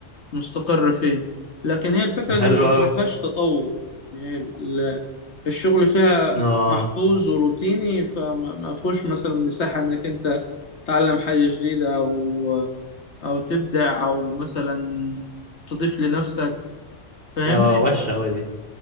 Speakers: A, on the left; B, on the right.
A: مستقر فيه لكن هي الفكرة
B: طب حلو
A: إن ما ما
B: اوي
A: فيهاش تطور يعني هي ال- الشغل فيها
B: اه
A: محفوظ وروتيني فما ما فيهوش مثلا مساحة إنك أنت تتعلم حاجة جديدة أو أو تبدع أو مثلا تضيف لنفسك فاهمني؟
B: اه وحشة اوي دي